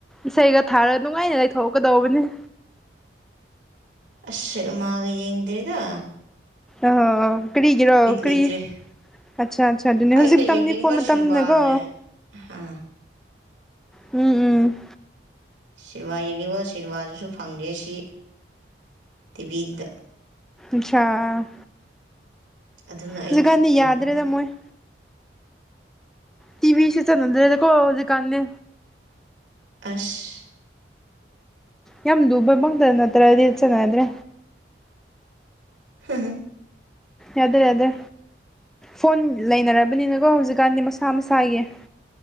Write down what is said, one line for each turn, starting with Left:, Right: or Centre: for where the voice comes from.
Centre: ꯏꯁꯩꯒ ꯊꯥꯔ ꯅꯨꯡꯉꯥꯏꯅ ꯂꯩꯊꯣꯛꯀꯗꯧꯕꯅꯤ
Right: ꯑꯁꯜꯃꯒ ꯌꯦꯡꯗꯔꯤꯗ
Centre: ꯑ ꯀꯔꯤꯒꯔꯑꯣ ꯀꯔꯤ
Right: ꯂꯩꯇ꯭ꯔꯦ
Centre: ꯑꯠꯆꯥ ꯑꯆꯥ ꯑꯗꯨꯅꯦ
Right: ꯑꯩꯅ
Centre: ꯍꯧꯖꯤꯛ ꯃꯇꯝꯝꯅꯤ
Right: ꯌꯦꯡꯅꯤꯡꯕ
Centre: ꯐꯣꯟ ꯃꯇꯝꯅꯦꯀꯣ
Right: ꯁꯤꯅꯦꯃꯥꯁꯦ ꯑꯥ
Centre: ꯎꯝ ꯎꯝ
Right: ꯁꯤꯅꯦꯃꯥ ꯌꯦꯡꯅꯤꯡꯕ ꯁꯤꯅꯦꯃꯥꯗꯨꯁꯨ ꯐꯪꯉꯦ ꯁꯤ ꯇꯤꯚꯤꯗ
Centre: ꯑꯆꯥꯥ
Right: ꯑꯗꯨꯅ ꯑꯩ
Centre: ꯁꯤꯖꯤꯀꯥꯟꯅꯤ
Right: ꯌꯦꯡꯅꯤꯡꯗꯦ
Centre: ꯌꯥꯗ ꯔꯦꯗ ꯃꯣꯏꯣꯏ ꯇꯤꯕꯤꯁ ꯆ ꯅꯗ꯭ꯔꯦꯣꯗꯨꯀꯥꯟꯅꯦ
Right: ꯑꯁ
Centre: ꯌꯥꯝ ꯨꯕꯃꯪꯛꯇ ꯅꯠꯇ꯭ꯔꯗꯤ ꯆꯥꯟꯅꯗ꯭ꯔꯦ
Right: ꯍꯝ
Centre: ꯌꯥꯗꯦ ꯌꯥꯗꯦ ꯐꯣꯟ ꯂꯩꯅꯔꯕꯅꯤꯅꯀꯣ ꯍꯧꯖꯤꯛꯀꯥꯟꯗꯤ ꯃꯁꯥ ꯃꯁꯥꯒꯤ